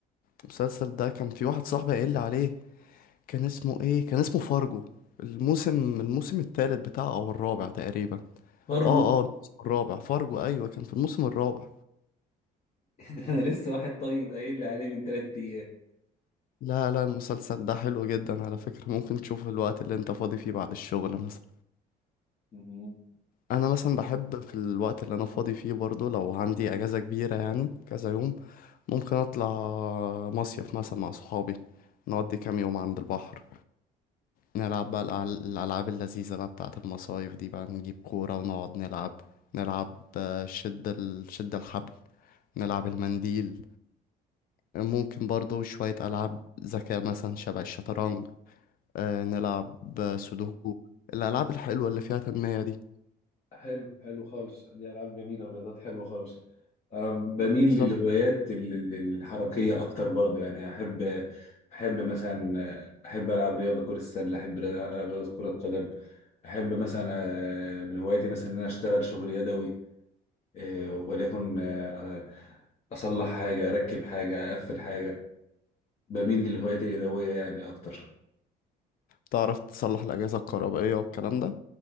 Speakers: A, on the left; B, on the left.
A: المسلسل ده كان في واحد صاحبي قايل لي عليه كان اسمه إيه كان اسمه فارجو الموسم الموسم التالت بتاعه أو الرابع تقريبا
B: فرجه
A: آه آه الموسم الرابع فارجو أيوة كان في الموسم الرابع
B: <laughs> ده انا لسه واحد طيب قايل لي عليه من ثلاث ايام
A: لا لا المسلسل ده حلو جدا على فكرة ممكن تشوفه الوقت اللي انت فاضي فيه بعد الشغل مثلا
B: مهم.
A: انا مثلا بحب في الوقت اللي انا فاضي فيه برضو لو عندي اجازة كبيرة يعني كذا يوم ممكن اطلع مصيف مثلا مع صحابي نقضي كام يوم عند البحر نلعب بقى الأل- الالعاب اللذيذة بقى بتاعة المصايف دي بقى نجيب كورة ونقعد نلعب نلعب آه، شد ال... شد الحبل نلعب المنديل ممكن برضو شوية العاب ذكاء مثلا شبه الشطرنج آه، نلعب
B: آه،
A: آه، سودوكو الالعاب الحلوة اللي فيها تنمية دي
B: حلو حلو خالص دي العاب جميله ورياضات حلوه خالص انا بميل
A: بالظبط
B: للهوايات ال- ال- الحركيه اكتر برضو يعني احب احب مثلا احب العب رياضه كره السله احب العب رياضه كره القدم احب مثلا آه، من هواياتي مثلا ان انا اشتغل شغل يدوي آه، وليكن آه، أصلح حاجة أركب حاجة أقفل حاجة بميل للهوايات اليدوية يعني أكتر
A: تعرف تصلح الأجهزة الكهربائية والكلام ده